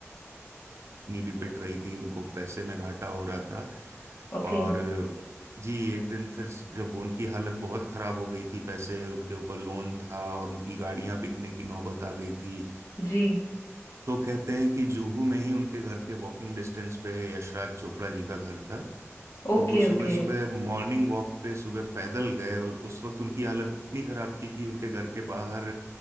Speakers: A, on the right; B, on the left.
A: नहीं भी पिट रही थी उनको पैसे में घाटा हो रहा था
B: ओके
A: और जी एक दिन फिर जब उनकी हालत बहुत खराब हो गई थी पैसे उनके ऊपर लोन था और उनकी गाड़ियां बिकने की नौबत आ गई थी
B: जी
A: तो कहते हैं कि जुहू में ही उनके घर के वॉकिंग डिस्टेंस पे है यशराज चोपड़ा जी का घर था
B: ओके
A: तो वो सुबह
B: ओके
A: सुबह मॉर्निंग वॉक पे सुबह पैदल गए और उस वक्त उनकी हालत इतनी खराब थी कि उनके घर के बाहर